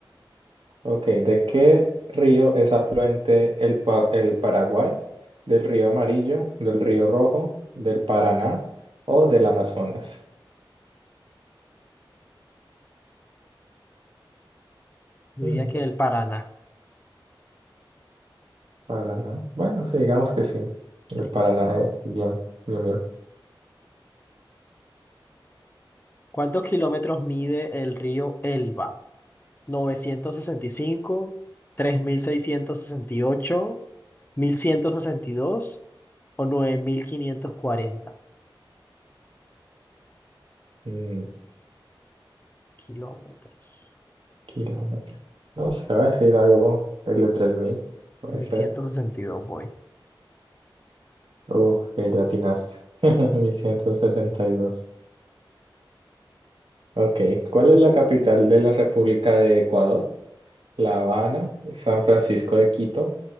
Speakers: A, on the right (about 85°); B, on the left (about 25°).
A: Ok, ¿de qué río es afluente el, Pa- el Paraguay? ¿Del río Amarillo, del río Rojo, del Paraná o del Amazonas?
B: Yo
A: Mm,
B: diría que el Paraná.
A: Paraná. Bueno, sí, digamos que sí. El
B: Sí.
A: Paraná es bien, bien, bien.
B: ¿Cuántos kilómetros mide el río Elba? Novecientos sesenta sesenta y y cinco, tres mil mil seiscientos sesenta y ocho, mil ciento sesenta y dos o 9540
A: Mm,
B: kilómetros.
A: kilómetro. No sé, va a decir algo el de 3000, puede ser.
B: 1162, voy.
A: Uf, que latinaste.
B: Sí.
A: <laughs> mil ciento sesenta y dos. Ok, ¿cuál es la capital de la República de Ecuador? La Habana, San Francisco de Quito,